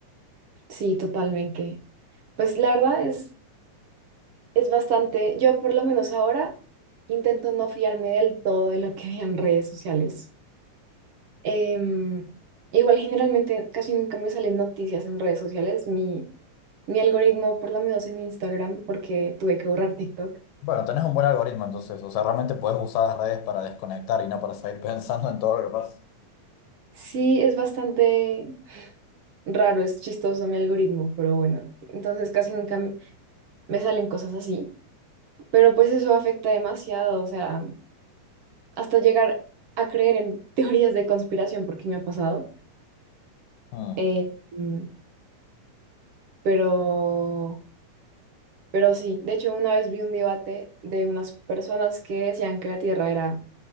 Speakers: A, on the right; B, on the left.
A: Sí, totalmente. Pues la verdad es, es bastante, yo por lo menos ahora intento no fiarme del todo de lo que vean en redes sociales. Em, igual generalmente casi nunca me salen noticias en redes sociales. Mi, mi algoritmo, por lo menos en Instagram, porque tuve que borrar TikTok,
B: Bueno, tenés un buen algoritmo entonces, o sea, realmente podés usar las redes para desconectar y no para seguir <laughs> pensando en todo lo que pasa.
A: Sí, es bastante raro, es chistoso mi algoritmo, pero bueno, entonces casi nunca m- me salen cosas así, pero pues eso afecta demasiado, o sea, hasta llegar a creer en <laughs> teorías de conspiración, porque me ha pasado,
B: Mm.
A: eh, mm, pero, pero sí, de hecho una vez vi un debate de unas personas que decían que la Tierra era